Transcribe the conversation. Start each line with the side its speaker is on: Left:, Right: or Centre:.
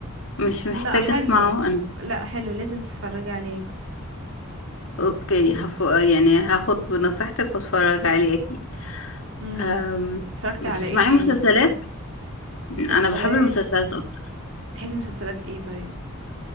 Left: مش محتاجة
Right: لا حلو
Left: اسمعه انا
Right: لا حلو لازم تتفرجي عليه
Left: اوكي هف... يعني هاخد بنصيحتك واتفرج عليه اكيد
Right: امم
Left: أم...
Right: اتفرجتي على
Left: بتسمعي
Right: ايه تاني
Left: مسلسلات
Right: مسلسلات
Left: انا بحب المسلسلات اكتر
Right: تحبي مسلسلات ايه طيب